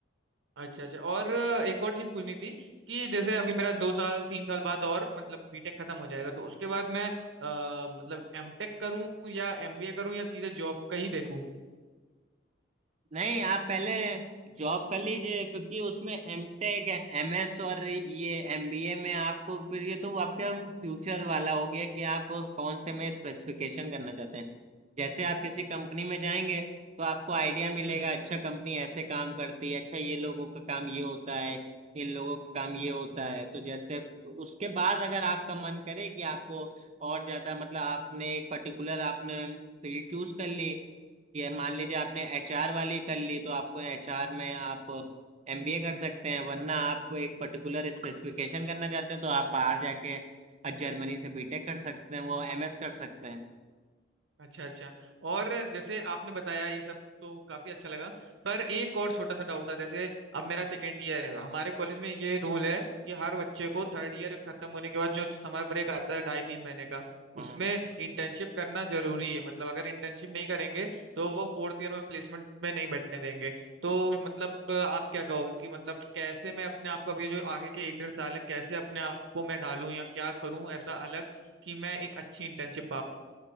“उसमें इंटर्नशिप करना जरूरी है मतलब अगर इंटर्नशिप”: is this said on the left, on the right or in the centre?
Right